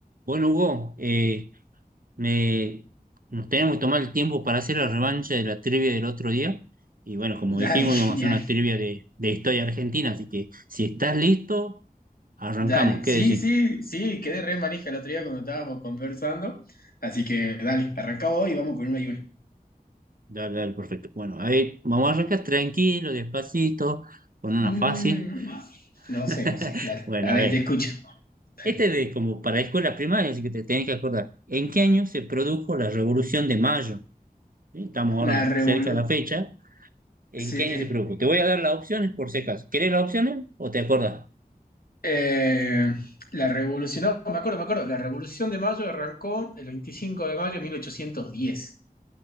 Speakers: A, on the right; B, on the left.
A: Bueno, Hugo, eh, me- nos tenemos que tomar el tiempo para hacer la revancha de la trivia del otro día. Y bueno, como
B: Dale,
A: dijimos,
B: <laughs>
A: íbamos a hacer
B: genial.
A: una trivia de, de historia argentina. Así que si estás listo, arrancamos.
B: Dale.
A: ¿Qué
B: Sí,
A: decir?
B: sí, sí, quedé re manija el otro día cuando estábamos conversando. Así que dale, arranca hoy y vamos con una y una.
A: Dale, dale, perfecto. Bueno, a ver, vamos a arrancar tranquilo, despacito, con una
B: Mm,
A: fácil.
B: no
A: <laughs>
B: sé, no sé. Dale.
A: Bueno,
B: A ver,
A: a ver,
B: te escucho. Dale.
A: este es de como para escuela primaria, así que te tenés que acordar. ¿En qué año se produjo la Revolución de Mayo? ¿Sí? Estamos ahora
B: La revolución.
A: cerca de la fecha. ¿En
B: Sí.
A: qué año se produjo? Te voy a dar las opciones por si acaso. ¿Querés las opciones o te acordás?
B: Eh, la revolución. no, me acuerdo, me acuerdo. La revolución de mayo arrancó el 25 de mayo de 1810.